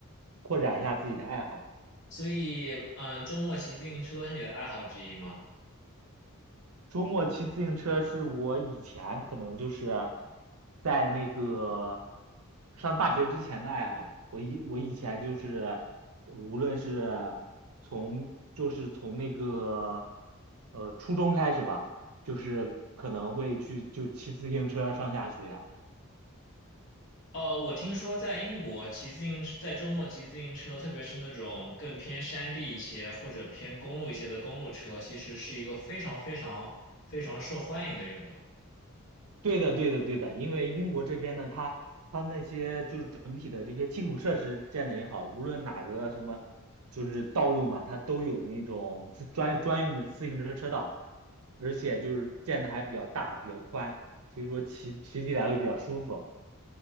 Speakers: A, on the right; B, on the left.
A: 扩展一下自己的爱好。
B: 所以，嗯、周末骑自行车是你的爱好之一吗？
A: 周末骑自行车是我以前可能就是在那个上大学之前的爱好。我以我以前就是无论是从就是从那个呃初中开始吧，就是可能会去就骑自行车上下学。
B: 呃，我听说在英国骑自行，在周末骑自行车，特别是那种更偏山地一些或者偏公路一些的公路车，其实是一个非常非常非常受欢迎的运动。
A: 对的，对的，对的，因为英国这边呢，它它那些就是整体的这些基础设施建的也好，无论哪个什么就是道路嘛，它都有那种自专专用的自行车车道，而且就是建的还比较大，比较宽，所以说骑骑起来会比较舒服。